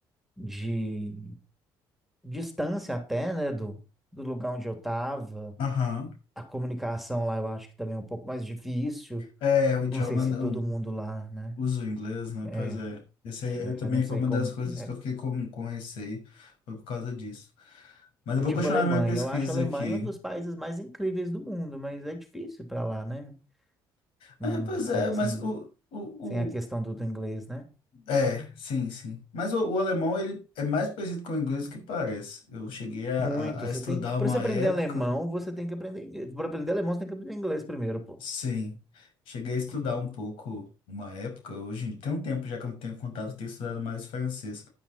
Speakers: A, in the centre; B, on the left.
A: de distância até, né, do, do lugar onde eu estava.
B: Aham.
A: A comunicação lá eu acho que também é um pouco mais difícil.
B: É, o idioma
A: Não sei se
B: não
A: todo mundo lá, né?
B: uso o inglês, né?
A: É,
B: Pois é. Esse aí
A: é,
B: eu também
A: eu não sei
B: foi uma
A: como
B: das coisas
A: que é.
B: que eu fiquei com, com receio, foi por causa disso. Mas eu vou
A: Tipo
B: continuar
A: Alemanha,
B: minha pesquisa
A: eu acho a Alemanha
B: aqui.
A: um dos países mais incríveis do mundo, mas é difícil para lá, né? Não,
B: É, pois
A: sem,
B: é, mas
A: sem,
B: o, o,
A: sem a questão
B: o...
A: do, do inglês, né?
B: É, sim, sim. Mas o, o alemão, ele é mais parecido com o inglês do que parece. Eu cheguei a,
A: Muito.
B: a, a estudar
A: Você tem,
B: uma
A: para você aprender
B: época
A: alemão, você tem que aprender inglês. Para aprender alemão, você tem que aprender inglês primeiro, pô.
B: Sim, cheguei a estudar um pouco uma época, hoje tem um tempo já que eu não tenho contato, eu tenho estudado mais francês,